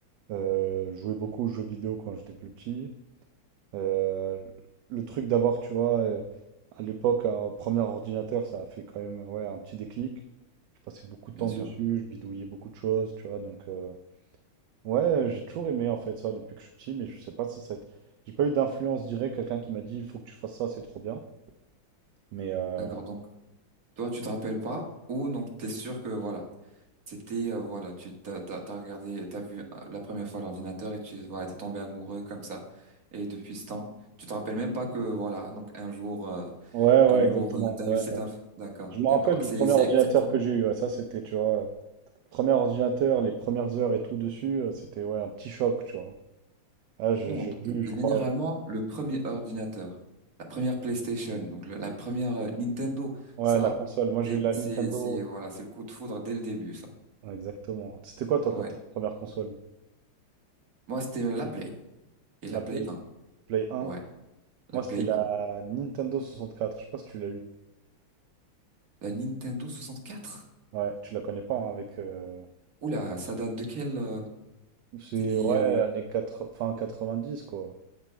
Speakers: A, on the right; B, on the right.
A: euh, jouer beaucoup aux jeux vidéo quand j'étais plus petit. Euh, le truc d'avoir, tu vois, euh, à l'époque, un premier ordinateur, ça a fait quand même ouais, un petit déclic. Je passais beaucoup de
B: Bien
A: temps
B: sûr.
A: dessus, je bidouillais beaucoup de choses, tu vois, donc euh, ouais, j'ai toujours aimé en fait ça depuis que je suis petit, mais je sais pas si ça a été- J'ai pas eu d'influence directe, quelqu'un qui m'a dit, il faut que tu fasses ça, c'est trop bien. Mais euh,
B: D'accord. Donc toi tu te rappelles pas ou donc t'es sûr que voilà c'était euh, voilà tu t'as t'as t'as regardé t'as vu euh, la première fois l'ordinateur et tu voilà t'es tombé amoureux comme ça et depuis ce temps tu te rappelles même pas que voilà donc un jour euh,
A: ouais,
B: un
A: ouais,
B: jour
A: exactement.
B: euh, t'as eu
A: ouais.
B: cette inf- D'accord
A: Je me
B: d'accord
A: rappelle du
B: c'est
A: premier
B: c'est
A: ordinateur
B: exactement
A: que j'ai eu. ouais, ça, c'était, tu vois, euh, premier ordinateur, les premières heures et tout dessus, euh, c'était ouais, un petit choc, tu vois. Ah, j'ai
B: Non,
A: j'ai
B: d-
A: vu,
B: généralement,
A: je crois. le-
B: le premier ordinateur, la première PlayStation, donc le- la première euh, Nintendo,
A: Ouais,
B: ça,
A: la console. Moi, j'ai
B: c'est,
A: eu la
B: c'est,
A: Nintendo.
B: c'est, voilà, c'est le coup de foudre dès le début, ça.
A: Ouais, Exactement. C'était quoi, toi,
B: Ouais.
A: quand ta première console?
B: Moi, c'était la Play et
A: La
B: la Play
A: Play?
B: un,
A: Play 1?
B: Ouais, la
A: Moi,
B: Play
A: c'était la
B: un,
A: Nintendo 64. Je sais pas si tu l'as eu.
B: La Nintendo soixante quatre.
A: Ouais, tu la connais pas, hein, avec. euh,
B: Oula, ça date de quelle, euh,
A: C'est,
B: c'est les,
A: ouais,
B: euh,
A: années quatre fin 90, quoi.